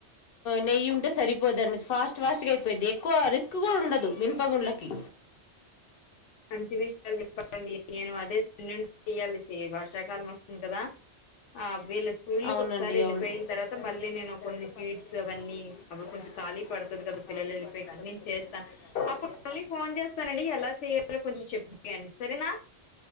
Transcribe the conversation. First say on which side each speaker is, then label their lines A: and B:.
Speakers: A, on the left (about 60°); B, on the left (about 85°).
A: నెయ్య ఉంటే సరిపోదు అను ఫాస్ట్ ఫాస్ట్గా అయిపోది ఎక్కువ రిస్క్ కూడా ఉండదు మినుప గుండ్లకి
B: మంచి విషయాలు చెప్పాలండి నేను అదే చెయాలి వర్షాకాలం వస్తుంది కదా ఆ వీళ్ళ స్కూల్కి
A: అవునండి
B: ఒకసారి వెళ్ళిపోయిన
A: అవును ఇంటికి
B: తర్వాత
A: ఒకసారి
B: మళ్ళీ
A: వెళ్ళిపోయిన
B: నేను
A: తర్వాత
B: కొన్ని స్వీట్స్
A: మళ్ళీ నేను
B: అవన్నీ
A: కొన్ని తీసుకుని
B: అప్పుడు కొంచెం
A: అది
B: ఖాళీ పడుతుంది
A: కొంచెం
B: కదా
A: ఖాళీ
B: పిల్లలు వెళ్ళిపోయి
A: పడుతుంది
B: అన్ని
A: కదా పిల్లలు
B: చేస్తాను
A: వెళ్ళిపోయాక
B: అప్పుడు
A: చేస్తాను
B: మ ఫోన్ చేస్తానండి ఎలా చేయాలి అ కొంచెం చెప్పయండి సరేనా